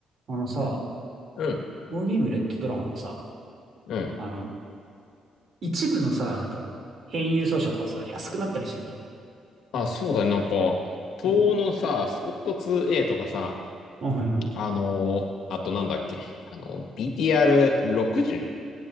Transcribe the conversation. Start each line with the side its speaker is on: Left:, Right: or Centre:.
Right: あのさ、
Left: うん、
Right: このゲームレッドドラゴンのさ、
Left: うん。
Right: あの、一部のさ、なんか、変輸送車とかさ、安くなったりしてるじゃん。
Left: あ、そうだね。なんか、東欧のさ、
Right: うん。
Left: スコット 2A とかさ、
Right: あ、はいはい。
Left: あのーあとなんだっけ、あの、BTR60?